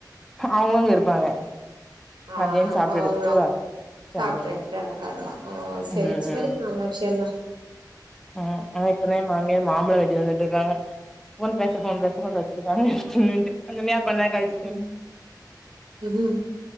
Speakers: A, in the centre; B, on the right.
A: அவங்களு இருப்பாங்க
B: ஆ
A: மதியானோ சாப்ட்டு
B: அவங்களாங்
A: எடுத்துட்டு
B: சாப்ட்டு
A: சாய்ந்தரோ
B: எடுத்துட்டு
A: வரணு
B: வந்து வருவா ஓ சரி
A: ம்
B: சரி
A: ம்
B: நல்ல விஷயந்தா
A: ம் ஆயிட்த்துணை மாமியார் மாம்பழ வெட்டி தந்துட்ருக்காங்க ஃபோன் பேச ஃபோன் பேச கொண்டு வை <unintelligible> கொஞ்ச நேர் கழ்ச்
B: ம் ம் ம்